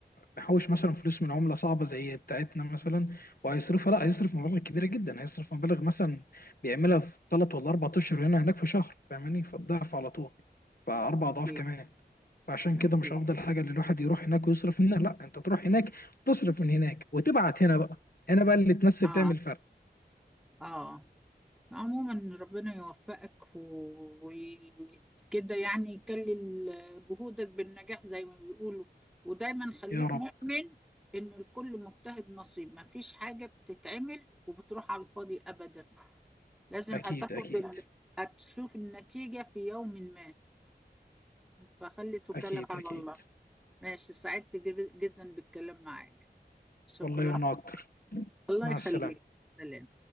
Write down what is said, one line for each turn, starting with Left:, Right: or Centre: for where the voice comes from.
Left: محوش مثلا فلوس من عملة صعبة زي بتاعتنا مثلا وهيصرفها لا هيصرف مبالغ كبيرة جدا هيصرف مبالغ مثلا بيعملها في ثلاث ولا أربع أشهر هنا هناك في شهر فاهماني فالضعف على طول فأربع أضعاف
Centre: أكيد
Left: كمان فعشان
Centre: أكيد
Left: كده مش أفضل حاجة إن الواحد يروح هناك ويصرف هنا لا أنت تروح هناك تصرف من هناك وتبعت هنا بقى هنا بقى اللي تمثل
Centre: اه
Left: تعمل فرق
Centre: اه عموما ربنا يوفقك و- وكده يعني يكلل جهودك بالنجاح زي ما بيقولوا ودايما خليك
Left: يا رب
Centre: مؤمن إن الكل مجتهد نصيب ما فيش حاجة بتتعمل وبتروح على الفاضي أبدا لازم
Left: أكيد
Centre: هتاخد
Left: أكيد
Centre: ال... هتشوف النتيجة في يوم ما فخلي توكلك
Left: أكيد
Centre: على
Left: أكيد
Centre: الله ماشي سعدت جب- جدا بالكلام معاك شكرا
Left: والله وأنا أكتر
Centre: الله
Left: مع
Centre: يخليك
Left: السلامة
Centre: سلام